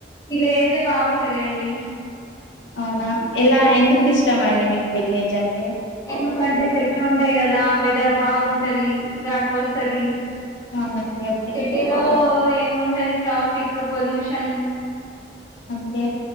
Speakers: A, on the left; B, on the left.
A: విలేజే బాగుంటది అండి
B: అవునా ఎలా
A: ఉమ్
B: ఎందుకు ఇష్టం అండి మీకు విలేజ్ అంటే
A: ఎందుకంటే చెట్లు ఉంటాయి కదా వెదర్ బాగుంటది గాడ్పోస్తది
B: అవునండి ఓకే
A: సిటీలో ఏముంటది ట్రాఫిక్ పొల్యూషన్
B: ఓకే